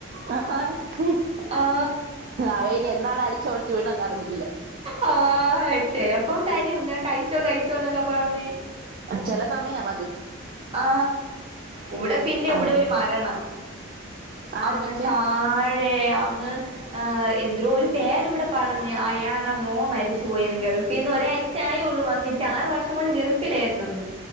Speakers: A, on the right; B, on the right.
A: ആഹ് ആഹ്
B: ആ
A: അവൻ ഇനി എന്നാണ് അടിച്ചോടിച്ച് വീണെന്ന് അറിഞ്ഞില്ല
B: ആ <unintelligible> പ്പം തരും ങ്ങനെ കഴിച്ചോ കഴിച്ചോന്നൊക്കെ പറഞ്ഞ്
A: ചെല സമയം
B: ആ ഇവിടെ പിന്നെ ഇവിടെ
A: ആഹ്
B: ഒരു മരണം
A: ആര്
B: അങ്ങ്
A: മരിച്ചേ
B: താഴെ അങ്ങ് ഏ എന്ത്‌രോ ഒരു പേര് ഇവിടെ പറഞ്ഞ് <unintelligible> മോൻ മരിച്ചു പോയെന്ന് ഗൾഫിന്ന് ഒരാഴ് ചായൊള്ളൂ വന്നിട്ട് ആറ് വർഷം കൊണ്ട് ഗൾഫിലേയ്ന്നെന്ന്